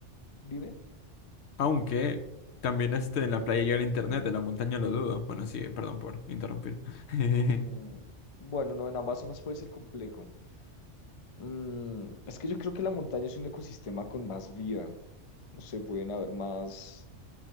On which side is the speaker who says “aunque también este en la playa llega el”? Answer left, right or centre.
Left